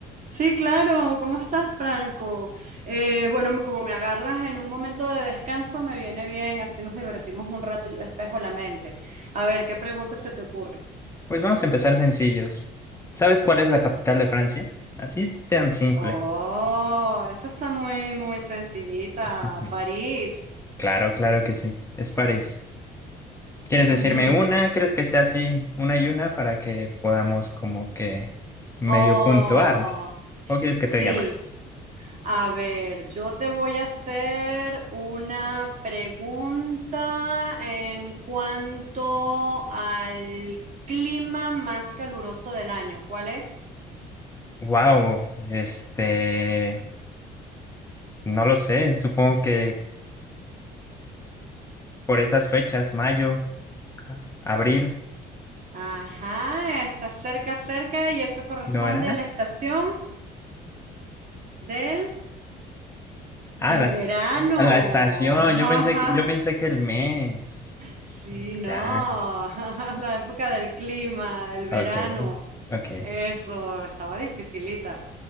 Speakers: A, on the right; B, on the left.
A: sí, claro, ¿cómo estás, Franco? Eh, bueno, me- como me agarras en un momento de descanso, me viene bien, así nos divertimos un rato y despejo la mente. A ver, ¿qué pregunta se te ocurre?
B: Pues vamos a empezar sencillos. ¿Sabes cuál es la capital de Francia? Así tan simple.
A: Oh, eso está muy, muy sencillita.
B: <laughs>
A: París.
B: Claro, claro que sí, es París. ¿Quieres
A: Ujú.
B: decirme una? ¿Quieres que sea así, una y una, para que podamos como que medio
A: Oh,
B: puntuar? ¿O quieres
A: sí.
B: que te diga más?
A: A ver, yo te voy a hacer una pregunta en cuanto al clima más caluroso del año. ¿Cuál es?
B: Wow, este, no lo sé, supongo que por esas fechas, mayo, a- abril,
A: Ajá, está cerca, cerca y eso corresponde
B: ¿no era?
A: a la estación del,
B: Ah,
A: del
B: la, est-
A: verano.
B: a la estación,
A: <laughs>
B: yo pensé que, yo pensé que el mes.
A: Sí, no,
B: Ya,
A: <laughs> la época del clima, el verano.
B: ok, ok,
A: Eso, estaba dificilita.